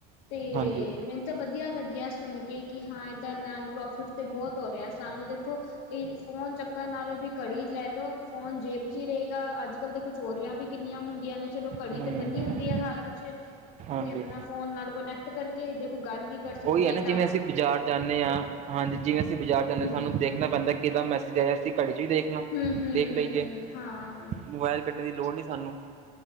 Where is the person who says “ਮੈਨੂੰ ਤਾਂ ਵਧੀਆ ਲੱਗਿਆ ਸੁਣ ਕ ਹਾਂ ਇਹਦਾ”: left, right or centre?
Left